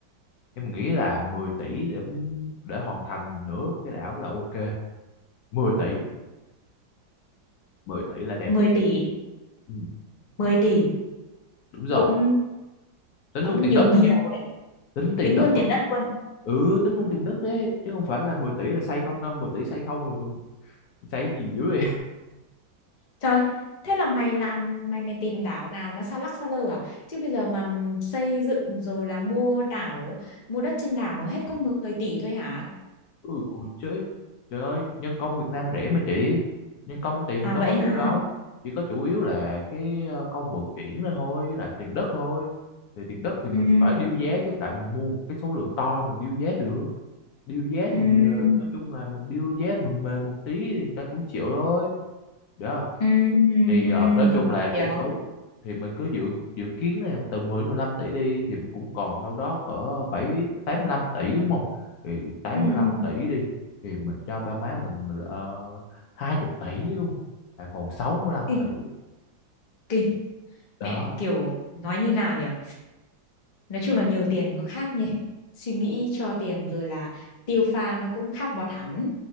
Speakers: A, on the left; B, on the left.
A: em nghĩ là 10 tỷ để để hoàn thành nửa cái đảo là ok. mười tỷ, 10 tỷ là đẹp.
B: mười tỷ
A: Ừ,
B: mười tỷ
A: đúng rồi.
B: cũng
A: Tính
B: cũng
A: luôn tiền
B: nhiều
A: đất
B: nhi
A: đó nha.
B: nhiều
A: Tính tiền
B: tính
A: đất
B: luôn tiền
A: luôn.
B: đất luôn
A: Ừ, tính luôn tiền đất đấy. Chứ không phải là 10 tỷ là xây không đâu. mười tỷ xây không, xây gì dưới
B: Trời, thế là mày làm mày mày tìm đảo nào nó xa lắc xa lơ à? Chứ bây giờ mà xây dựng rồi là mua đảo, mua đất trên đảo mà hết có mười tỷ thôi hả?
A: ừ, ủa chứ trời ơi nhân công Việt Nam rẻ mà chị nhân công tiền
B: À
A: đâu
B: vậy
A: có nhiêu
B: hả?
A: đâu chỉ có chủ yếu là cái ờ, công vận chuyển lên thôi với lại tiền đất thôi thì tiền đất thì mình
B: Ừ
A: phải điêu giá chứ tại mình mua một cái số lượng to mình điêu giá được điêu giá
B: ừ
A: thì ờ, nói chung là mình điêu giá mình mềm một tí thì người ta cũng chịu thôi đó
B: ừ
A: thì
B: ừ
A: ờ, nói chung là cũng
B: hiểu.
A: tốt thì mình cứ dự dự kiến là từ 10 đến 15 tỷ đi thì mình cũng còn đâu đó cỡ 7 85 tỷ đúng không thì 85
B: Ừ ừ.
A: tỷ đi thì mình cho ba má mình, mình uh, 20 tỷ luôn là còn 65
B: Kinh
A: tỷ
B: kinh.
A: đó
B: Mẹ kiểu nói như nào nhở Nói chung là nhiều tiền có khác nhỉ. Suy nghĩ cho tiền rồi là tiêu pha nó cũng khác bọt hẳn.